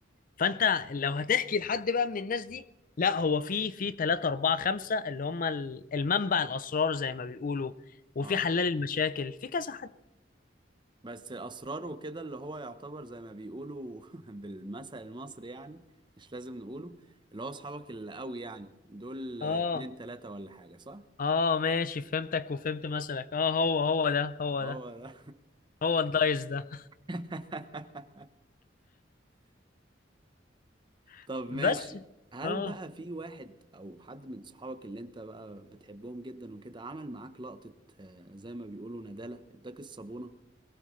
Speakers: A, on the left; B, on the right.
A: فانت لو هتحكي لحد بقى من الناس دي لا هو في في 3 4 5 اللي هم ال- المنبع الاسرار زي ما بيقولوا وفي
B: اه
A: حلال المشاكل في كذا حد
B: بس اسراره وكده اللي هو يعتبر زي ما بيقولوا <laughs> بالمثل المصري يعني مش لازم نقوله اللي هو اصحابك اللي قوي يعني دول
A: اه
B: اتنين تلاتة ولا حاجة صح؟
A: اه ماشي فهمتك وفهمت مثلك اه هو هو ده هو
B: هو
A: ده
B: ده
A: هو الدايس ده
B: <laughs>
A: <laughs>
B: طب ماشي
A: بس
B: هل
A: اه
B: بقى في واحد او حد من صحابك اللي انت بقى بتحبهم جدا وكده عمل معاك لقطة آه، زي ما بيقولوا ندالة اداك الصابونة